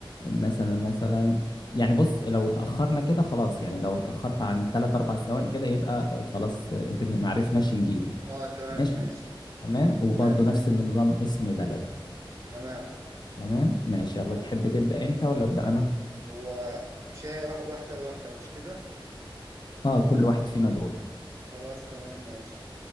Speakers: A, on the left (about 50°); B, on the right (about 30°).
A: مثلا مثلا يعني بص لو اتأخرنا كده خلاص يعني لو اتأخرت عن 3 4 ثواني كده يبقى آه، خلاص آه، انت ما عرفناش نجيبه
B: اه تمام
A: ماشي
B: ماشي
A: تمام وبرضه
B: تمام فهمت
A: نفس النظام اسم بلد
B: تمام
A: تمام ماشي
B: تمام
A: يلا تحب تبدأ انت ولا أبدأ انا
B: هو مش هي واح- واحدة لواحدة مش كده
A: اه كل واحد فينا دور
B: خلاص تمام ماشي